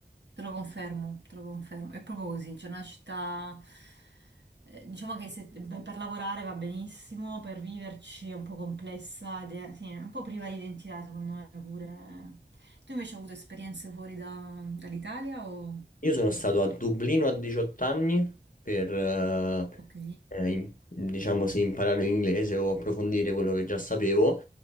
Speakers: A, on the right; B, on the left.
A: Te lo confermo, te lo confermo. È proprio così, c'è una città, eh, diciamo che se- beh, per lavorare va benissimo, per viverci è un po' complessa ed è, sì, è un po' priva di identità, secondo me pure. Tu invece hai avuto esperienze fuori da- dall'Italia o...
B: Io sono stato a Dublino a 18 anni per, eh,
A: Ok.
B: eh, im- diciamo sì, imparare l'inglese o approfondire quello che già sapevo